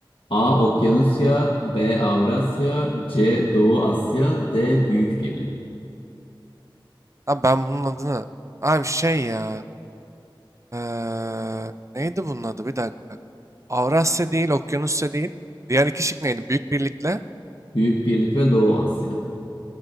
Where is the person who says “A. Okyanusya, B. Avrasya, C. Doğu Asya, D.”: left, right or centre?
Left